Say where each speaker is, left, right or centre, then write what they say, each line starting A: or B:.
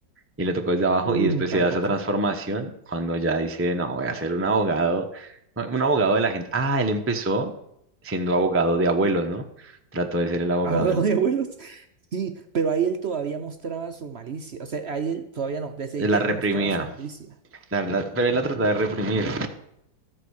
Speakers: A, on the right; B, on the right.
A: y le tocó desde abajo
B: Mm,
A: y después
B: tampoco.
A: se da esa transformación cuando ya dice, no, voy a ser un abogado, un abogado de la gente. Ah, él empezó siendo abogado de abuelos, ¿no? Trató de ser el abogado,
B: abogado
A: del-
B: de abuelos. Sí, pero ahí él todavía mostraba su malicia. O sea, ahí él todavía no, desde
A: de la
B: ya
A: reprimía,
B: mostraba su malicia.
A: la- la- pero él la trató de reprimir.